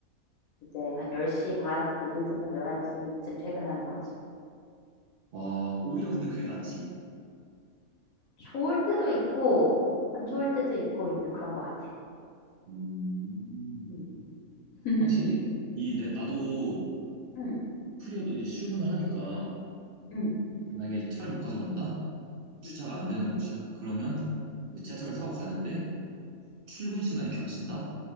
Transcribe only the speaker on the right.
와, 오히려 근데 그게 낫지.
어.
음.
확실히
이 내 나도
프리어도 이제 출근을 하니까
만약에 차를 못 가져간다? 주차가
안 되는 곳이야. 그러면 이제
지하철을 타고 가는데 출근 시간이 겹친다?